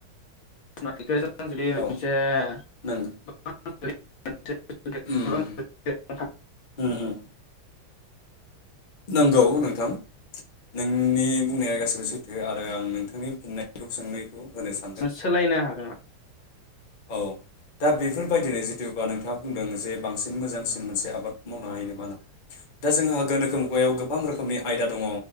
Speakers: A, on the left; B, on the left.
A: <unintelligible>
B: औ
A: <unintelligible>
B: नों
A: मोनसे
B: उम
A: <unintelligible>
B: उम उम नंगौ नोंथां नोंनि बुंनाया गासिबो सैथो आरो आं नोंथांनि फिननायखौ सोंनायखौ होनो सानदों
A: सोलायनो हागोन
B: औ दा बेफोरबायदिनो जिथुबा नोंथाङा बुंदों जे बांसिन मोजांसिन मोनसे आबाद मावनो हायो नामा ना दा जोंहा गोनोखो मुगायाव गोबां गोबां रोखोमनि आयदा दङ